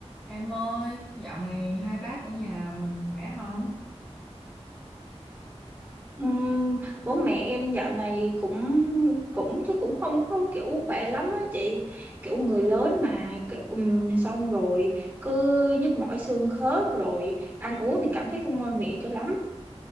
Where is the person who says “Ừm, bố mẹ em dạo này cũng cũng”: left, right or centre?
Right